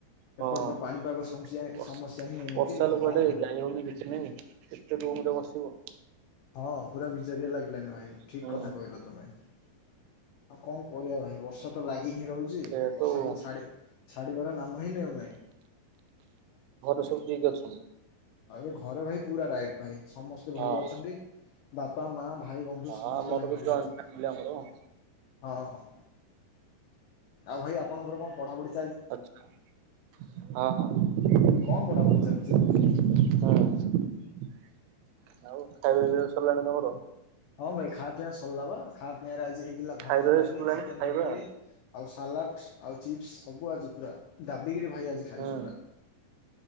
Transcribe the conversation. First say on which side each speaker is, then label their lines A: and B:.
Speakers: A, on the right; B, on the left.
A: ହଁ।
B: ଏପଟେ ତ ପାଣିପାଗ ସମସ୍ୟା
A: ବର୍ଷା।
B: ସମସ୍ୟା ହିଁ ଏମିତି
A: ବର୍ଷା ହେଲେ
B: ଆଉ
A: କୁଆଡେ
B: କଣ କରିବୁ।
A: ଯାଇ ହଉନି କିଛି ନାହିଁ କେତେ ରୁମରେ ବସିବ?
B: ହଁ ପୁରା ବିଜାରିଆ ଲାଗିଲାନି ଭାଇ ଠିକ
A: ହୁଁ
B: କଥା କହିଲ ତମେ ଆଉ କଣ? କରିବା ଭାଇ ବର୍ଷ ତ ଲାଗି ହିଁ ରହୁ ଛି
A: ସେଇଆତ
B: ବର୍ଷା
A: ଆଉ
B: ତ ଛାଡି ଛାଡିବାର ନାମ ହିଁ ନେଉନାହିଁ।
A: ଘରେ ସବୁ କିଏ କିଏ ଅଛନ୍ତି?
B: ଆ ଘରେ ଭାଇ ପୁରା ରାଇଟ ଭାଇ ସମସ୍ତେ
A: ହଁ
B: ଭଲ ଅଛନ୍ତି ବାପା ମା ଭାଇ ବନ୍ଧୁ
A: ହଁ
B: ସମସ୍ତେ
A: ଆମର
B: ଭାଇ
A: ବି
B: ଭଲ
A: ଜଏଣ୍ଟ
B: ଅଛନ୍ତି
A: ଫ୍ୟାମିଲି ଆମର ହଁ।
B: ହଁ ହଁ। ଆଉ ଭାଇ ଆପଣଙ୍କର କଣ ପଢା ପଢି?
A: ଆଛା ହଁ ହଁ।
B: କଣ
A: ହଁ
B: ପଢାପଢି ଚାଲିଛି?
A: ଆଉ ଖାଇବା ପିଇବା ସରିଲାଣି ତମର?
B: ହଁ ଭାଇ ଖା ପିଇଆ ସରିଲା ବା ଖା ପିଆରେ ଆଜି ହେଇଥିଲା
A: ଖାଇବା
B: ଭାତ ଡାଲି
A: ସରିଲାଣି
B: ଚିକେନ
A: ଖାଇବା
B: ତରକାରୀ ଆଉ ସାଲାଡ଼ ଆଉ ଚିପ୍ସ ସବୁ ଆଜି ପୁରା ଗାଦିକିରି ଭାଇ ଆଜି ଖାଇଛୁ
A: ହୁଁ
B: ପୁରା।